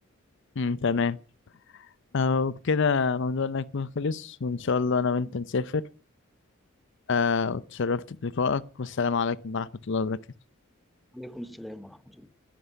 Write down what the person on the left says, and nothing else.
مم. تمام آه، وبكده موضوعنا يكون خلص وإن شاء الله أنا وأنت نسافر آه، وتشرفت بلقائك والسلام عليكم ورحمة الله وبركاته